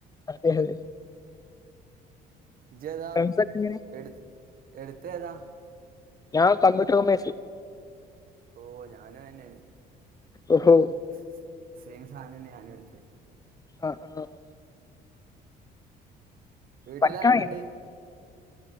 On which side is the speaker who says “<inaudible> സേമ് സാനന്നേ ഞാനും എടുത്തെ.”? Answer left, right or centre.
Right